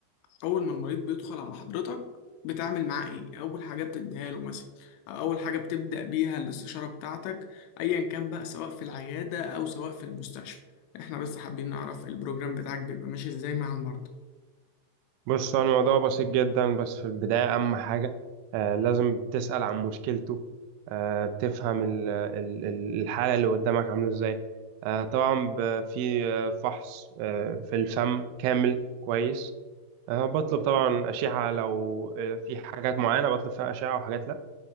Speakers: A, on the left (about 85°); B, on the right (about 85°).
A: اول ما المريض بيدخل على حضرتك بتعمل معاه ايه اول حاجه بتديها له مثلا او اول حاجه بتبدا بيها الاستشاره بتاعتك ايا كان بقى سواء في العياده او سواء في المستشفى احنا بس حابين نعرف البروجرام بتاعك بيبقى ماشي ازاي مع المرضى
B: بص هو الموضوع بسيط جدا بس في البداية أهم حاجة آه لازم تسأل عن مشكلته آه بتفهم ال- ال- ال- الحالة اللي قدامك عاملة إزاي آه طبعا ب- في آه، فحص آه في الفم كامل كويس آه بطلب طبعا أشعة لو آه في حاجات معينة بطلب فيها أشعة وحاجات لأ